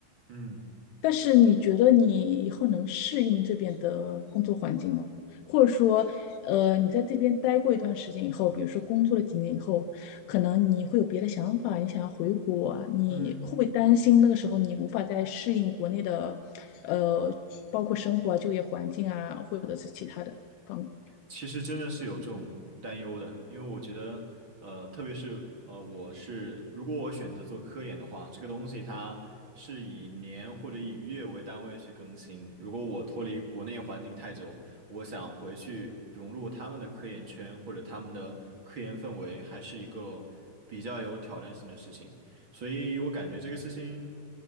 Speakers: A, on the right; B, on the left.
A: 嗯
B: 但是你觉得你以后能适应这边的工作环境吗？或者说，呃，你在这边待过一段时间以后，比如说工作了几年以后，可能你会有别的想法，你想要回国啊，你会不会担心那个时候你无法再适应国内的，
A: 嗯。
B: 呃，包括生活啊、就业环境啊，或者是其他的方面？
A: 其实真的是有这种担忧的，因为我觉得，呃，特别是呃，我是如果我选择做科研的话，这个东西它是以年或者以月为单位去更新。如果我脱离国内环境太久，我想回去融入他们的科研圈或者他们的科研氛围，还是一个比较有挑战性的事情。所以我感觉这个事情。